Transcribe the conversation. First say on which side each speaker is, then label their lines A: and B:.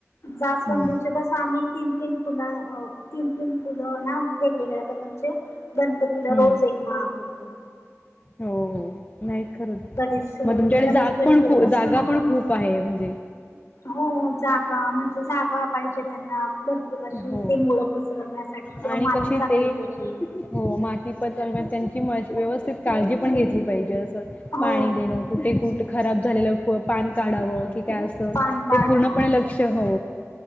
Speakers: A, on the left (about 65°); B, on the left (about 30°).
A: जास्वंदीचे
B: हम्म
A: कसं आम्ही तीन- तीन फुला, अ तीन -तीन फुलं ना, वेगवेगळ्या कलरचे गणपतीला,
B: हम्म
A: रोज एक माळ करतो.
B: हो, हो. नाही खरंच.
A: गणेश
B: मग तुमच्याकडे
A: गणेश
B: जाग
A: फेस्टिवल
B: पण खू,
A: असतो
B: जागा
A: ना आपला
B: पण खूप आहे. म्हणजे
A: हो, जागा. म्हणजे जागा पाहिजे त्यांना. भरपूर अशी.
B: हो
A: ते मुळं पसरण्यासाठी. किंवा
B: आणि
A: माती
B: कशी
A: चांगली
B: ते
A: पाहिजे.
B: हो. माती <unintelligible> त्यांची म व्यवस्थित काळजी पण घेतली पाहिजे. असं,
A: हो
B: पाणी देणं कुठे -कुठ खराब झालेलं फ- पान काढावं की, काय असं.
A: पान काढणं
B: ते पूर्णपणे लक्ष, हो.